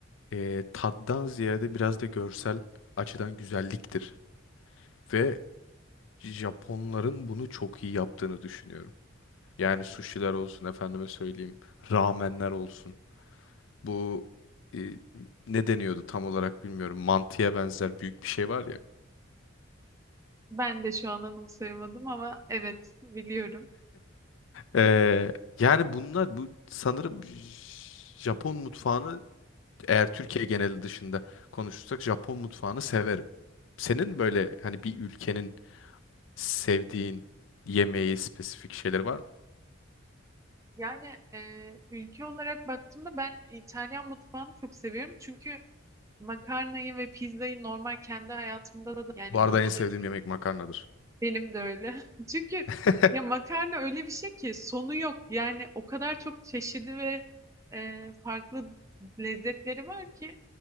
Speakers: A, on the left; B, on the right.
A: e, tattan ziyade biraz da görsel açıdan güzelliktir. Ve Japonların bunu çok iyi yaptığını düşünüyorum. Yani
B: Kesinlikle.
A: sushiler olsun efendime söyleyeyim, ramenler olsun. Bu e, ne deniyordu tam olarak bilmiyorum. Mantıya benzer büyük bir şey var ya.
B: Ben de şu an anımsayamadım ama evet biliyorum.
A: E, yani bunlar bu sanırım J- Japon mutfağını eğer Türkiye geneli dışında konuşursak Japon mutfağını severim. Senin böyle hani bir ülkenin sevdiğin yemeği, spesifik şeyleri var mı?
B: Yani e, ülke olarak baktığımda ben İtalyan mutfağını çok seviyorum. Çünkü makarnayı ve pizzayı normal kendi hayatımda da yani
A: Bu arada
B: burada
A: en sevdiğim
B: da
A: yemek makarnadır.
B: Benim de öyle. <laughs> Çünkü
A: <laughs>
B: ya makarna öyle bir şey ki sonu yok. Yani o kadar çok çeşidi ve e, farklı lezzetleri var ki.